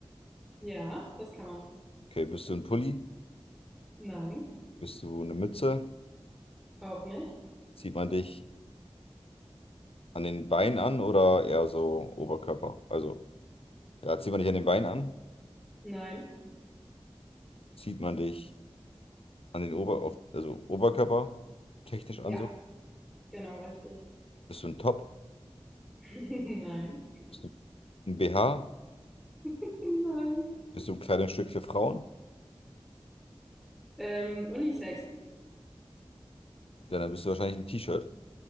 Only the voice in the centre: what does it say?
Ja, das kann man.
Nein.
Auch nicht.
Nein.
Ja,
genau richtig.
<laughs> Nein.
<laughs> Nein.
Ähm, Unisex.